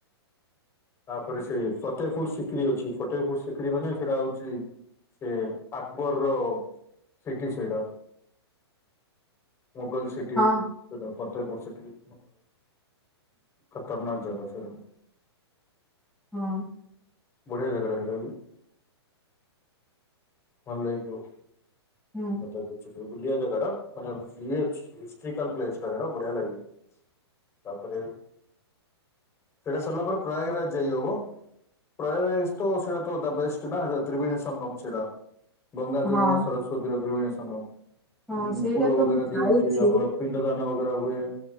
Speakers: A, on the left; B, in the centre.
A: ତାପରେ ସେ ଫତେଇପୁର ସିକ୍ରି ଅଛି ଫଟେଇପୁର ସିକ୍ରୀ ମାନେ ସେଇଟା ହଉଛି ସେ ଆକବରର ସିଟି ସେଟା। ମୁଗଲସ୍ ସିଟି
B: ହଁ
A: ଫତହପୁର ସିଟି ଖତରନାକ ଜାଗା ସେଟା।
B: ହଁ।
A: ବଢିଆ ଜାଗା ଟା ସେଟା ବି। ଭଲ ଲାଗିବ।
B: ହୁଁ।
A: <unintelligible> ବୁଲିଆ ଜାଗା ଟା ମାନେ ଇଏ ଅଛି ହିଷ୍ଟ୍ରୀକାଲ ପ୍ଲେସ ଟ ସେଟା ବଢିଆ ଲାଗିବ। ତାପରେ ସେଟା ସରିଲା ପରେ ପ୍ରୟାଗରାଜ ଯାଇ ହବ। ପ୍ରାୟଗ ରାଜ୍ ତ ସେଟା ତ ଦ ବେଷ୍ଟ ଟା ସେ ତ୍ରିବେଣୀ ସଙ୍ଗମ ସେଟା। ଗଙ୍ଗା ଯମୁନା
B: ହଁ
A: ସରସ୍ୱତୀର ତ୍ରିବେଣୀ ସଂଙ୍ଗମ
B: ହଁ ସେଇଟା
A: ବୁଡ
B: ତ
A: ବଗେରା
B: ମୁଁ ଯାଇଛି
A: ଦିଅନ୍ତି ଆମର ପି <unintelligible>